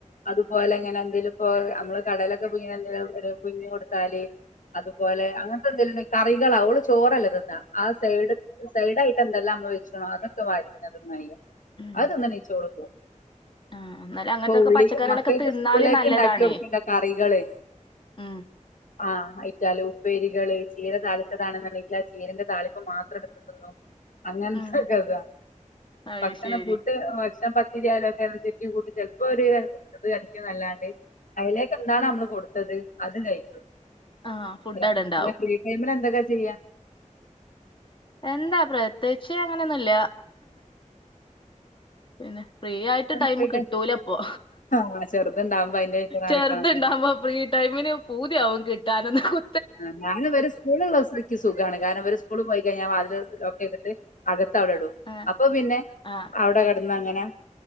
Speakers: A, on the left (about 80°); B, on the left (about 40°).
A: അതുപോലെ ഇങ്ങനെ എന്തേലുപ്പോ അമ്മള് കടലെക്കെ പുഴുങ്ങി എന്തേലും <unintelligible> പുഴുങ്ങി കൊടുത്താല് അതുപോലെ അങ്ങത്തെ എന്തേലും ഇണ്ടെ കറികളാ ഓള് ചോറല്ല തിന്നാ ആഹ് സൈഡ് സൈഡായിട്ട് എന്തെല്ലാം അമ്മള് വെച്ച്ണോ അതൊക്കെ വാരി ഇങ്ങനെ തി <unintelligible>
B: ഉം
A: അഹ് തിന്ന് നീച്ച് ഓള് പോവും
B: ആഹ് എന്നാലും അങ്ങനത്തൊക്കെ
A: ഇപ്പൊ ഉള്ളി
B: പച്ചക്കറികളൊക്കെ
A: മക്കേള്ക്ക്
B: തിന്നാല്
A: സ്കൂള്ലേക്ക്
B: നല്ലതാണേ
A: ഇണ്ടാക്കി കൊടുക്ക്ണ്ടേ കറികള്
B: ഉം
A: ആഹ് അയിറ്റാല് ഉപ്പേരികള് ചീര താളിച്ചതാണ് എന്ന്ണ്ടെങ്കിൽ ആഹ് ചീരന്റെ താളിപ്പ്‌ മാത്രം എടുത്ത് തിന്നും അങ്ങത്തൊക്കതാ
B: ഉം അയ്
A: ഭക്ഷണം
B: ശരി
A: ഫുഡ് ഭക്ഷണം പത്തിരി <unintelligible> <unintelligible> ചെലപ്പോ ഒര് ഇത് അടിക്ക്യുന്നല്ലാണ്ട് അയിലേക്ക് എന്താണ്
B: ഉം
A: നമ്മള് കൊടുത്തത് അത് കഴിക്കും
B: ആഹ് ഫുഡ്
A: <unintelligible>
B: അവിടെ ഇണ്ടാവും
A: പിന്നെ ഫ്രീ ടൈമില് എന്തൊക്കെ ചെയ്യാ
B: എന്താ പ്രത്യേയിച്ച് അങ്ങനെയൊന്നുല്ല പിന്നെ ഫ്രീയായിട്ട് ടൈമ്
A: ഫ്രീ
B: കിട്ടൂലപ്പോ
A: ടൈം ആഹ് ചെറുതുണ്ടാവുമ്പോ അതിന്റെ പിന്നാലെ
B: ചെറ്ത്
A: നടക്കണംന്നല്ലേ
B: ഇണ്ടാവുമ്പോ ഫ്രീ ടൈമിന് പൂതിയാവും കിട്ടാന് കു
A: ആഹ് ഞാൻ ഇവരെ സ്കൂള് ഇള്ളെ ദിവസേ ഇക്ക് സുഖാണ് കാരണം ഇവര് സ്കൂള് പോയി കഴിഞ്ഞാ വാതില് ലോക്ക് ചെയ്തിട്ട് അകത്ത് അവിടെ ഇടും.
B: ആഹ്
A: അപ്പോ പിന്നെ
B: ആഹ്
A: അവിടെ കിടന്ന് അങ്ങനെ-